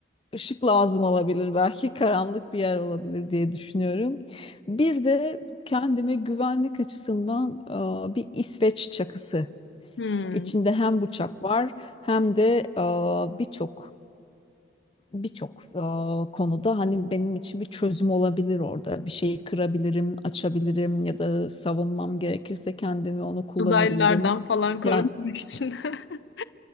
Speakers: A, on the left; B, on the left.
A: ışık lazım olabilir belki karanlık bir yer olabilir diye düşünüyorum. Bir de kendime güvenlik açısından ah, bir İsveç çakısı.
B: Hmm.
A: İçinde hem bıçak var hem de ah, birçok birçok e, konuda hani benim için bir çözüm olabilir orada. Bir şeyi kırabilirim, açabilirim ya da savunmam gerekirse kendimi onu kullanabilirim.
B: Uzaylılardan falan korunmak
A: Yani
B: için. <laughs>